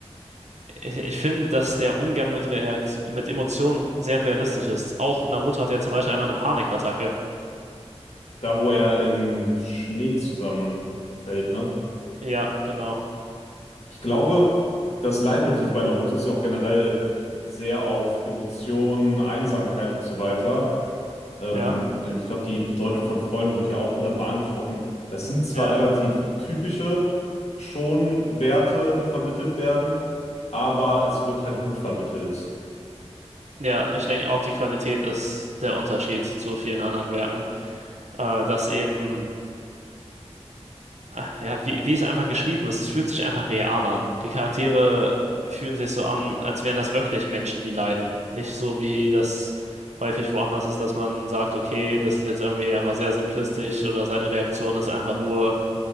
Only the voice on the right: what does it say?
ich, ich finde, dass der Umgang mit Reakt mit Emotionen sehr realistisch ist. Auch Naruto hatte ja zum Beispiel einmal eine Panikattacke.
Ja, genau.
Ja.
ja.
Ja, ich denke auch, die Qualität ist der Unterschied zu vielen anderen Werken. Äh, dass eben, ah, ja, wie, wie es einfach geschrieben ist, es fühlt sich einfach real an. Die Charaktere fühlen sich so an, als wären das wirklich Menschen, die leiden. Nicht so wie das häufig woanders ist, dass man sagt, okay, das ist jetzt irgendwie einfach sehr simplistisch oder seine Reaktion ist einfach nur